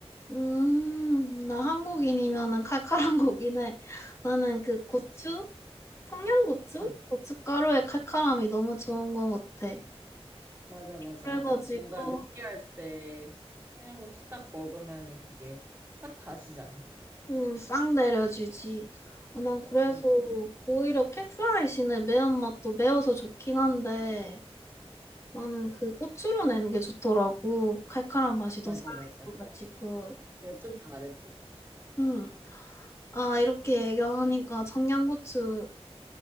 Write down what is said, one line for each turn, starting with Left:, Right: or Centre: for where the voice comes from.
Left: 음, 나 한국인이면은 칼칼한 거긴 해. 나는 그 고추?
Right: 그치.
Left: 청양고추?
Right: 응.
Left: 고춧가루의 칼칼함이 너무 좋은 것 같아.
Right: 맞아, 맞아.
Left: 그래가지고,
Right: 뭔가 느끼할 때 청양고추 딱 먹으면 그게 싹 가시잖아.
Left: 음, 싹 내려주지. 어, 난 그래서
Right: 맞아.
Left: 오히려 캡사이신의 매운맛도 매워서 좋긴 한데, 나는 그 고추로 내는 게 좋더라고. 칼칼한 맛이
Right: 맞아,
Left: 더 살아있어가지고.
Right: 맞아. 그게 좀 다르지.
Left: 음, 아, 이렇게 얘기하니까 청양고추